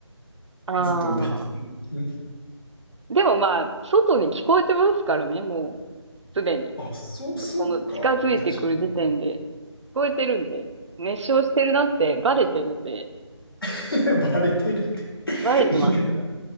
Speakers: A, on the right; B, on the left.
A: ああ。
B: ずっと歌ってて。うん
A: でもまあ、外に聞こえてますからね、もう、すでに。
B: あ、そう、そうか。
A: この近づいてくる時点で、
B: 確かに。
A: 聞こえてるんで、熱唱してるなってバレてるんで、
B: <laughs> バレてるって
A: バレてます。
B: 言い方